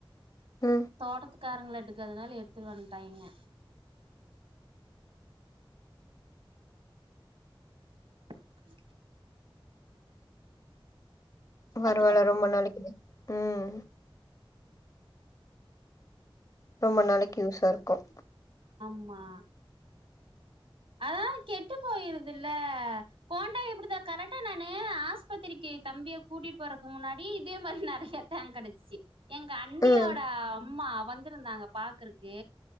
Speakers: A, on the left; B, on the right.
A: ம்
B: தோட்டத்துக்காரங்கள எடுக்கறதுனால எடுத்துட்டு வன்டாயிங்க ம்
A: பரவால்ல
B: பாத்துக்கோ
A: ரொம்ப நாளைக்கு ம் ரொம்ப நாளைக்கு யூஸா இருக்கும்
B: ஆமா அதா கெட்டு போயிருதுல்ல போன் டைம் இப்டித்தா கரெக்டா நா ஆஸ்பத்திரிக்கி நீ தம்பிய கூட்டிட்டு போறக்கு முன்னாடி இதே மாரி நறைய தேங்க் கெடைச்சிச்சு எங்க அண்ணியோட
A: ம்
B: அம்மா வந்திருந்தாங்க பாக்குறக்கு